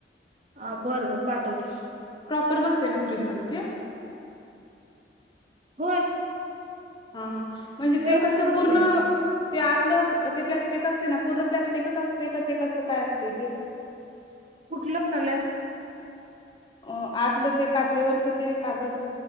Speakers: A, on the right (about 40°); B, on the left (about 25°).
A: अ बर बर पाठवते.
B: प्रॉपर बसते ना? फ्रीजमध्ये ते.
A: होय.
B: हा हा. म्हणजे
A: व्यवस्थित
B: ते कसं
A: बसतय
B: पूर्ण ते आतलं ते प्लॅस्टिक असते ना, पूर्ण प्लॅस्टिकच असते का? ते कसं काय असते ते?
A: कुठलं म्हणाल्यास?
B: अ आतलं ते, काचेवरचं ते कागद.